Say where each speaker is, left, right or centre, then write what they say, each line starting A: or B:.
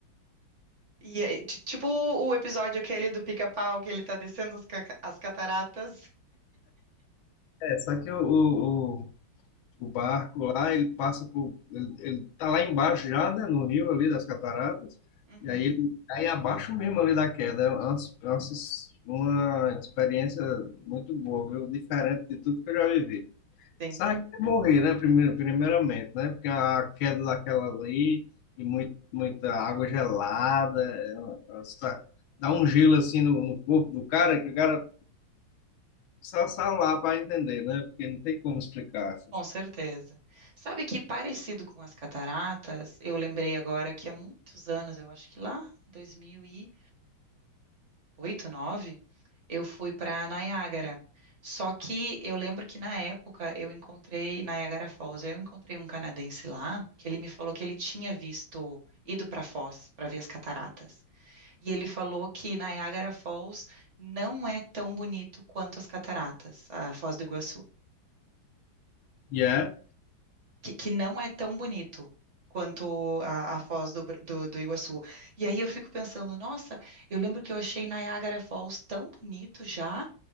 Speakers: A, on the right; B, on the left.
A: E é, ti- tipo o episódio aquele do Pica-Pau que ele tá descendo as, ca- as cataratas.
B: É, só que o, o, o barco lá, ele passa por. Ele, ele tá lá embaixo já, né, no rio ali das cataratas,
A: Uhum.
B: e aí ele cai abaixo mesmo ali da queda. É uma, é uma uma experiência muito boa, viu? Diferente de tudo que eu já vivi.
A: Sim,
B: Sabe que é morrer, né? Primeiro, primeiramente, né? Porque a queda daquela ali e muito, muita água gelada, é uma- é uma situa- dá um gelo assim no, no corpo do cara que o cara só sai lá para entender, né? Porque não tem como explicar.
A: com certeza. Sabe que parecido com as cataratas, eu lembrei agora que há muitos anos, eu acho que lá, 2000 oito, nove, eu fui para Niágara. Só que eu lembro que na época eu encontrei Niágara Falls, eu encontrei um canadense lá que ele me falou que ele tinha visto, ido para Foz para ver as cataratas. E ele falou que Niágara Falls não é tão bonito quanto as cataratas, a Foz do Iguaçu.
B: E é
A: Que, que não é tão bonito quanto a, a Foz do, Br- do do Iguaçu. E aí eu fico pensando, nossa, eu lembro que eu achei Niagara Falls tão bonito já,